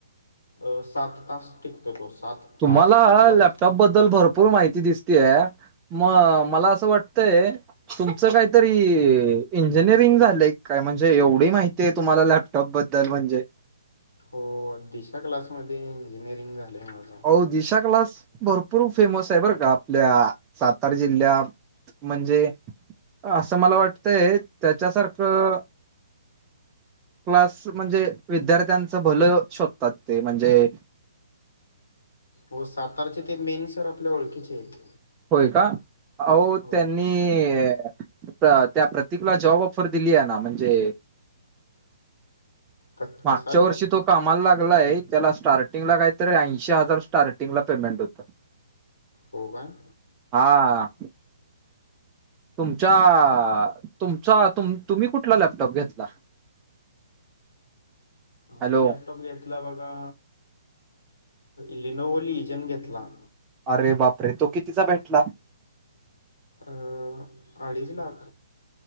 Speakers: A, on the left; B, on the right.
A: अ सात तास टिकतो तो सात
B: तुम्हाला
A: तास कुठलाच
B: लॅपटॉप बद्दल भरपूर माहिती दिसतीय म मला असं वाटतंय तुमचं काहीतरी इंजिनिअरिंग झालंय की काय? म्हणजे एवढी माहिती ते तुम्हाला लॅपटॉप बद्दल म्हणजे
A: हो दिशा क्लासमध्ये इंजिनिअरिंग झालंय माझं.
B: हो दिशा क्लास भरपूर फेमस आहे बरं का आपल्या सतार जिल्ह्यात म्हणजे असं मला वाटतंय त्याच्यासारखं क्लास म्हणजे विद्यार्थ्यांचं भलं शोधतात ते म्हणजे
A: हो सातारचे ते मेन सर आपल्या ओळखीचे आहेत.
B: होय का आहो
A: हो
B: त्यांनी त्या प्रतिकला जॉब ऑफर दिली आहे ना म्हणजे
A: क
B: मागच्या
A: कसा जॉब
B: वर्षी तो कामाला लागलाय
A: हं,
B: आहे त्याला स्टार्टिंगला
A: हं.
B: काहीतरी ऐंशी हजार स्टार्टिंगला पेमेंट होतं.
A: हो काय.
B: हा.. तुमच्या तुमचा तुम्ही कुठला लॅपटॉप घेतला? हॅलो
A: ह लॅपटॉप घेतला बघा इलिनो लिजन घेतला.
B: अरे बापरे तो कितीचा भेटला?
A: अ अडीच लाख.